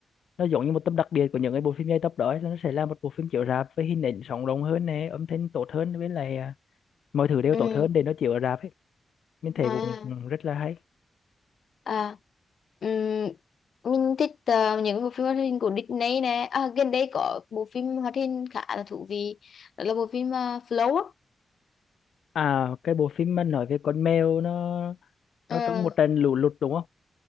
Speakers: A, on the left (about 80°); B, on the left (about 65°).
A: nó giống như một tập đặc biệt của những cái bộ phim dài tập đó ấy, là nó sẽ là một bộ phim chiếu rạp với hình ảnh sống động hơn nè âm thanh tốt hơn với lại à, mọi thứ đều
B: ừ.
A: tốt hơn để nó chiếu ở rạp ấy mình thấy
B: à
A: cũng cũng rất là hay
B: à ừm, mình thích ờ, những bộ phim hoạt hình của Disney nè à, gần đây có bộ phim hoạt hình khá là thú vị đó là bộ phim ờ, Flow á
A: À cái bộ phim mà nói về con mèo nó
B: ừ.
A: nó trong một trận lũ lụt đúng không?